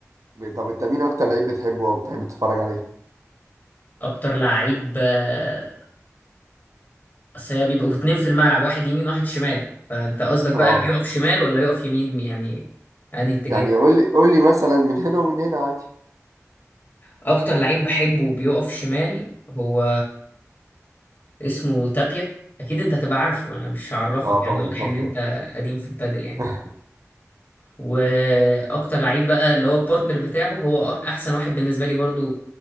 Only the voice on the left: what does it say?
أكتر لعيب آه، أصل هي بيبقوا اتنين في الملعب واحد يمين واحد شمال فأنت قصدك بقى
بيقف شمال ولا يقف يمين يعني أنهي اتجاه
اكتر لعيب بحبه بيقف شمال هو اسمه تابيا اكيد انت هتبقى عارفه انا مش هعرفك
يعني
واضح
ان انت
قديم في البادل يعني
واكتر لعيب بقى اللي هو البارتنر بتاعه هو أح- احسن واحد بالنسبه لي برضو